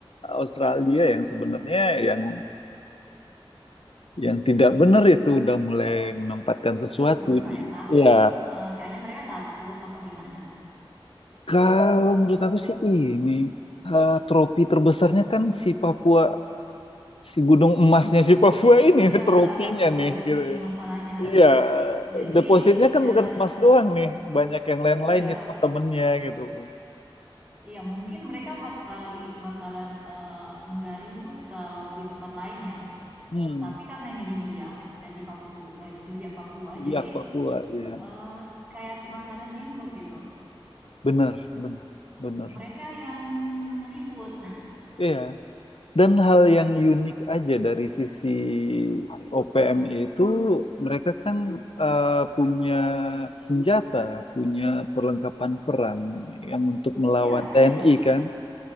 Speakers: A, on the left; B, on the right.
A: Australia yang sebenarnya yang yang tidak benar itu udah mulai menempatkan sesuatu
B: udah mulai
A: di
B: tak.
A: ya
B: eh, kayaknya mereka takut apa gimana.
A: kalau menurut aku sih ini eh, tropi terbesarnya kan si Papua si gunung emasnya si Papua ini <laughs>
B: Iya,
A: trofinya
B: Papua
A: nih
B: ini
A: gitu ya.
B: masalahnya.
A: Iya,
B: Jadi
A: depositnya kan
B: eh,
A: bukan emas doang nih, banyak yang lain-lain
B: iya,
A: nih teman-temannya gitu loh.
B: iya mungkin mereka bakal i- bakalan eh, nggak ribut kalau di tempat lain ya.
A: Hmm,
B: Tapi karena ini di Biak dan di Papua, eh, di Biak Papua,
A: biak
B: jadi
A: Papua, ya.
B: eh, kayak kebakaran jenggot gitu.
A: Bener, bener, bener.
B: mereka yang ribut. <laughs>
A: Iya. Dan hal yang unik aja dari sisi OPM itu mereka kan eh, punya senjata, punya perlengkapan perang yang untuk melawan
B: Iya,
A: TNI
B: aneh loh.
A: kan.